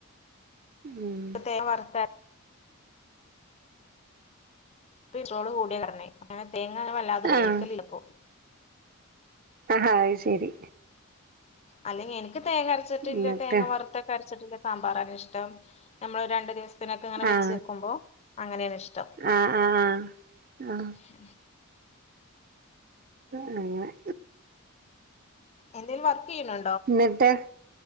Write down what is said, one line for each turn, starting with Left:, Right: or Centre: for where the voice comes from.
Right: ഉം
Left: തേങ്ങ വർത്തര <unintelligible> കൂടിയ കാരണെ ങ്ങനെ തേങ്ങ വല്ലാതെ ഉപയോഗിക്കലില്ല
Right: ആഹ്
Left: ഇപ്പൊ.
Right: അ ആഹ് ശെരി.
Left: അല്ലെങ്കി ഇൻക്ക് തേങ്ങ അരച്ചിട്ടില്ല.
Right: എന്നിട്ട്
Left: തേങ്ങ വറുത്തൊക്കെ അരച്ചിട്ടില്ല സാമ്പാറാണ് ഇഷ്ടം. നമ്മൾ രണ്ടു ദിവസത്തിനൊക്കെ ങ്ങനെ
Right: ആഹ്
Left: വെച്ച് വെക്കുമ്പൊ അങ്ങനെണ് ഇഷ്ടം.
Right: ആഹ് ആഹ് ആഹ് ആഹ്.
Left: ഉം.
Right: <unintelligible> അങ്ങനെ
Left: എന്തേലും വർക്കെയ്യ്ണു...
Right: ന്നിട്ട്.